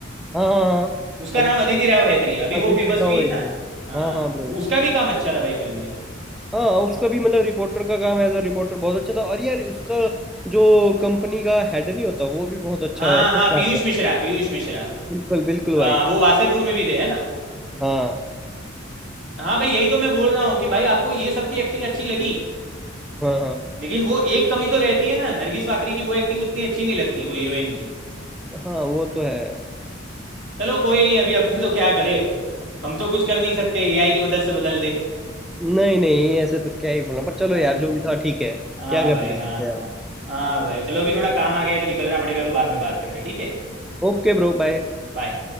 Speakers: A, in the centre; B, on the right.
A: हाँ हाँ हाँ
B: उसका
A: अदिति
B: नाम अदिति राव हैदरी अभी
A: अदिति
B: वो फेमस
A: राव
B: हुई है
A: हेगड़े
B: ना हाँ
A: हाँ हाँ ब्रो
B: वो- उसका भी काम अच्छा था भाई फिल्म में
A: हाँ उसका भी मतलब रिपोर्टर का काम एज अ रिपोर्टर बहुत अच्छा था और यार उसका जो कंपनी का हेड नहीं होता वो भी बहुत अच्छा
B: हाँ हाँ
A: काम
B: पीयूष
A: था
B: मिश्रा पीयूष मिश्रा
A: बिल्कुल बिल्कुल
B: हाँ
A: भाई
B: वो वासेपुर में भी थे है ना
A: हाँ
B: हाँ भाई यही तो मैं बोल रहा हूँ कि भाई आपको ये सब की एक्टिंग अच्छी लगी
A: हाँ हाँ
B: लेकिन वो एक कमी तो रहती है ना नरगिस फाकरी की वो एक्टिंग उतनी अच्छी नहीं लगती वो हीरोइन की
A: हाँ वो तो है
B: चलो कोई नहीं अभी अपने तो क्या करे हम तो कुछ कर नहीं सकते एआई की मदद से बदल दे
A: नहीं नहीं ऐसे तो क्या ही बोलना पर चलो
B: हाँ
A: यार
B: भाई
A: जो भी था ठीक है
B: हाँ
A: क्या
B: भाई
A: कर
B: हाँ
A: सकते
B: हाँ
A: हैं आप
B: हाँ भाई चलो अभी थोड़ा काम आ गया है तो निकलना पड़ेगा तो बाद में बात करते हैं, ठीक है
A: Okay bro bye
B: बाय